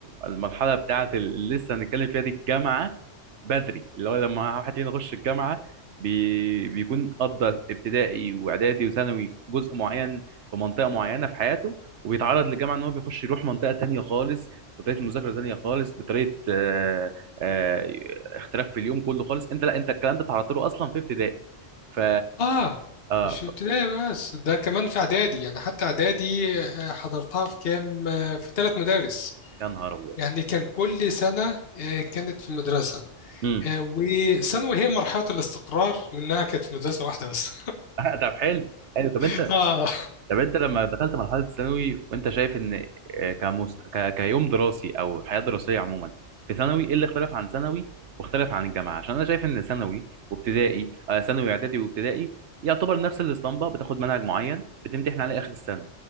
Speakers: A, on the right; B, on the left.
A: المرحلة بتاعة اللي لسه هنتكلم فيها دي الجامعة بدري اللي هو لما واحد فينا يخش الجامعة بي بيكون قضى ابتدائي وإعدادي وثانوي في جزء معين في منطقة معينة في حياته وبيتعرض للجامعه ان هو بيخش يروح منطقه تانية خالص بطريقه مذاكره تانية خالص بطريقه آه، آه، اختلاف في اليوم كله خالص انت لا انت الكلام ده اتعرضت له اصلا في ابتدائي ف
B: <laughs> آه
A: اه
B: مش في
A: ف...
B: ابتدائي بس ده كمان في إعدادي يعني حتى إعدادي آه، حضرتها في كام آه، في ثلاث مدارس
A: يا نهار ابيض
B: يعني كان كل سنة آه، كانت في مدرسة
A: امم
B: آه، وثانوي هي مرحلة الاستقرار لأنها كانت في مدرسة واحدة بس
A: <laughs> طب حلو حلو طب
B: <laughs>
A: انت
B: آه
A: طب انت لما دخلت مرحله الثانوي وانت شايف ان آه، كمست... ك... كيوم دراسي او حياه دراسيه عموما في ثانوي ايه اللي اختلف عن ثانوي واختلف عن الجامعه عشان انا شايف ان ثانوي وابتدائي آه، ثانوي اعدادي وابتدائي يعتبر نفس الاسطمبه بتاخد منهج معين بتمتحن عليه اخر السنه